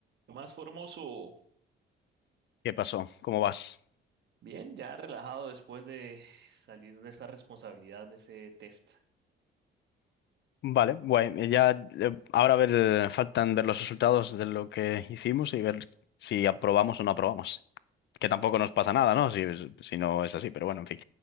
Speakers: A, on the right; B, on the left.
A: ¿Qué más Formoso?
B: ¿Qué pasó? ¿Cómo vas?
A: Bien, ya relajado después de salir de esa responsabilidad de ese test.
B: Vale, guay. Eh, Ya, eh, ahora a ver, eh, faltan ver los resultados de lo que hicimos y ver si aprobamos o no aprobamos. Que tampoco
A: Yo-
B: nos pasa nada, ¿no? Si, si no es así, pero bueno, en fin.